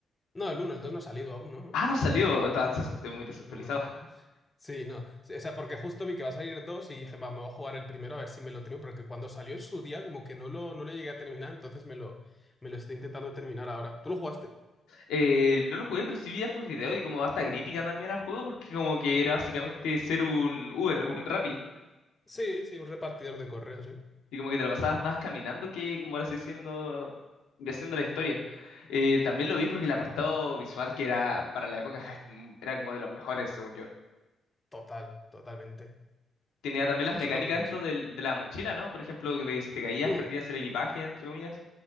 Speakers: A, on the left; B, on the left.
A: No, el uno el 2 no ha salido aún, ¿no? No,
B: Ah, no salió.
A: Sale...
B: Ta- ta- Estoy muy desactualizado.
A: No, no.
B: <laughs>
A: Sí, no. Sí, O sea, porque justo vi que va a salir dos y dije, va, me voy a jugar el primero a ver si me lo termino, porque cuando salió en su día como que no lo, no lo llegué a terminar, entonces me lo, me lo estoy intentando terminar ahora. ¿Tú lo jugaste?
B: Eh, no lo jugué, pero sí vi hartos videos y como harta crítica también al juego, porque como que era básicamente ser un Uber, un Rappi.
A: Sí, sí, un repartidor de correos, ¿eh?
B: Y como que te la pasabas más caminando que como ahora sí siendo, haciendo la historia. Eh, también lo vi porque el apartado visual
A: Mm.
B: que era para la época <laughs> era como de los mejores, según yo.
A: Total, totalmente.
B: Tenía también las
A: Y
B: mecánicas
A: eso es lo que más.
B: esto del- de, la mochila, ¿no? Por ejemplo, que si te caías
A: Hmm.
B: perdías el equipaje, entre comillas.